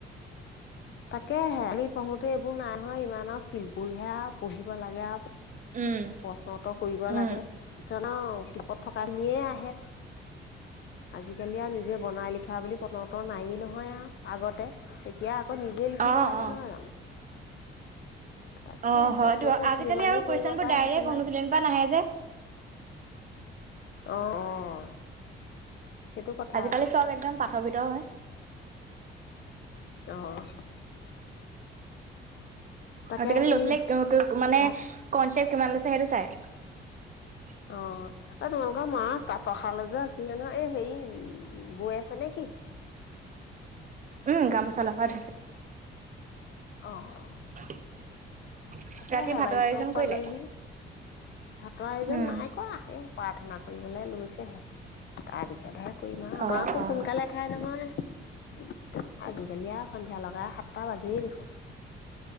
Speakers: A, on the left (about 65°); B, on the right (about 40°).
A: তাকেহে আমি পঢ়োতে এইবোৰ নাইহয় ইমান আৰু চিম্পুল হে আৰু পঢ়িব লাগে আৰু।
B: উম,
A: প্ৰশ্ন উওৰ কৰিব
B: উম,
A: লাগে কিছূমান আৰু দীপত থকাখিনিয়ে আহে। আজিকালি আৰু নিজে বনাই লিখা বুলি বনতৰ নাই নহয় আৰু আগতে এতিয়া আকৌ নিজে লিখিব
B: অ',
A: লাগে
B: অ'।
A: নহয় জানো। তাকে
B: অ হয়তো
A: চত কৈ থ
B: আজিকালি
A: যিমানেই
B: আৰু কুৱেশচন
A: কৰিব
B: বোৰ
A: পাৰে
B: ডাইৰেক্ট
A: সিমান
B: অনুশীলনৰ পৰা নাহে যে
A: অ অ। সেইটো কথা
B: আজিকালি
A: আকৌ
B: চব একদম পাঠ ভিত হে।
A: অ তাকে
B: আজিকালি
A: সেই
B: ল'ৰা ছোৱালীক মানে
A: তাত
B: কনচেপ্ট কিমান লৈছে সেইটো চাই।
A: অ তোমালোকৰ মা তাতৰ শাল এযোৰ আছিলে ন এই হেৰি বৈ আছে নে কি।
B: উম গামোচা লগাই থৈছে।
A: অ অ।
B: <inaudible>
A: তাকে
B: ৰাতি
A: আহে
B: ভাতৰ
A: বাৰিষাও
B: আয়োজন
A: পালেহি
B: কৰিলে
A: ভাতৰ আয়োজন
B: উম
A: নাই কৰা সেই প্ৰাৰ্থনাত কৰিবলৈ লৈছেহে তাৰপিছতহে কৰিম আৰু আমাৰ
B: অ
A: আকৌ
B: অ
A: সোনকালে খাই নহয়। আজিকালি আৰু সন্ধিয়া লাগা সাতটা বাজিয়ে দেখোন।